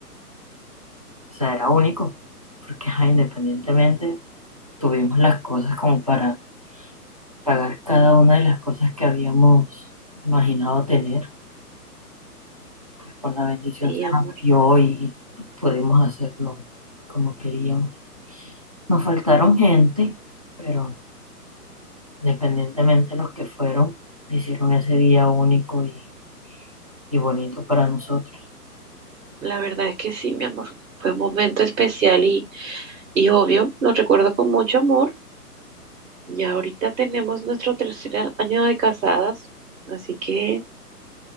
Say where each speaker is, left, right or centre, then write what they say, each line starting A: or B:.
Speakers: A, on the right (about 25°); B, on the right (about 55°).
A: O sea, era único, porque ajá, independientemente tuvimos las cosas como para pagar cada una de las cosas que habíamos imaginado tener, pues con la bendición
B: Sí,
A: se
B: amor,
A: nos dio y pudimos hacerlo como queríamos. Nos faltaron gente, pero Independientemente, los que fueron hicieron ese día único y, y bonito para nosotros.
B: la verdad es que sí, mi amor. Fue un momento especial y, y obvio, lo recuerdo con mucho amor. Ya ahorita tenemos nuestro tercer a- año de casadas, así que